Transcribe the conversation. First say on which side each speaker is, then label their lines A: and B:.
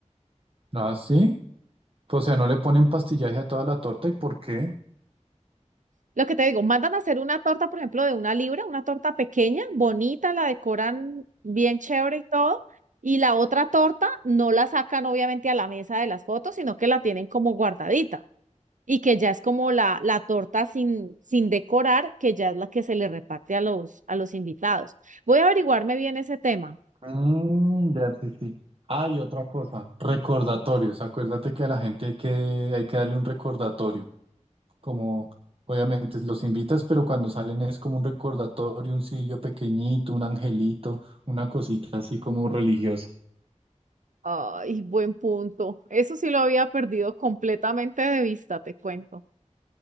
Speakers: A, on the right; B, on the right.
A: Ah, sí. Pues, o sea, no le ponen pastillaje a toda la torta, ¿y por qué?
B: Lo que te digo, mandan a hacer una torta, por ejemplo, de una libra, una torta pequeña, bonita, la decoran bien chévere y todo, y la otra torta no la sacan obviamente a la mesa de las fotos, sino que la tienen como guardadita y que ya es como la, la torta sin, sin decorar, que ya es la que se le reparte a los, a los invitados. Voy a averiguarme bien ese tema.
A: Mm, ya sí, sí. Ah, y otra cosa, recordatorios. Acuérdate que a la gente hay que, hay que darle un recordatorio. Como obviamente los invitas, pero cuando salen es como un recordatorio, un sillo pequeñito, un angelito, una cosita así como religiosa.
B: Ay, buen punto. Eso sí lo había perdido completamente de vista, te cuento.